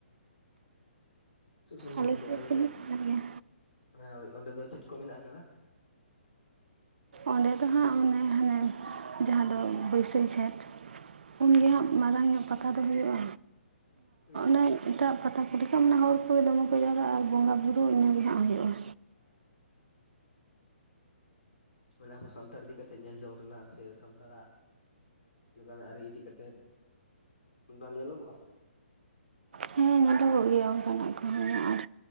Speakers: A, on the left; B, on the right.
A: ᱥᱩᱥᱩᱱᱤᱭᱟᱹ
B: ᱟᱞᱮ
A: ᱵᱩᱨᱩ
B: ᱥᱮᱫ
A: ᱚᱸᱰᱮ ᱫᱚ ᱪᱮᱫ
B: ᱦᱩᱭᱩᱜ ᱠᱟᱱ ᱜᱮᱭᱟ
A: ᱦᱮᱸᱳᱭ ᱚᱸᱰᱮ ᱫᱚ ᱪᱮᱫ ᱠᱚ ᱢᱮᱱᱟᱜ ᱟᱠᱟᱫᱟ?
B: ᱚᱸᱰᱮ ᱫᱚ ᱦᱟᱸᱜ ᱚᱱᱮ ᱦᱟᱱᱮ ᱡᱟᱦᱟᱸ ᱫᱚ ᱵᱟᱹᱭᱥᱟᱹᱠᱷ ᱡᱷᱮᱸᱴ ᱩᱱᱜᱮ ᱦᱟᱸᱜ ᱢᱟᱨᱟᱝ ᱧᱚᱜ ᱯᱟᱛᱟ ᱫᱚ ᱦᱩᱭᱩᱜᱼᱟ
A: ᱦᱩᱸ
B: ᱚᱱᱮ ᱮᱴᱟᱜ ᱯᱟᱛᱟ ᱠᱚᱨᱮ ᱠᱚ ᱢᱟ ᱦᱚᱲ ᱠᱚ ᱫᱚᱢᱮ ᱠᱚ ᱡᱟᱣᱨᱟᱜᱼᱟ ᱟᱨ ᱵᱚᱸᱜᱟ ᱵᱩᱨᱩ ᱤᱱᱟᱹᱜᱮ ᱦᱟᱸᱜ ᱦᱩᱭᱩᱜᱼᱟ᱾
A: ᱚᱱᱟ ᱠᱚ ᱥᱟᱱᱛᱟᱲ ᱤᱫᱤ ᱠᱟᱛᱮᱫ ᱧᱮᱞ ᱡᱚᱝ ᱨᱮᱱᱟᱜ ᱥᱮ ᱥᱟᱱᱛᱟᱲᱟᱜ ᱚᱱᱠᱟᱱᱟᱜ ᱟᱹᱨᱤ ᱤᱫᱤ ᱠᱟᱛᱮᱫ ᱩᱱ ᱵᱟᱢ ᱧᱮᱞᱚᱜᱚᱜᱼᱟ᱾
B: ᱦᱮᱸ ᱧᱮᱞᱚᱜ ᱜᱮᱭᱟ ᱚᱱᱠᱟᱱᱟᱜ ᱜᱟᱱᱚᱜ ᱠᱷᱟᱱ ᱟᱨ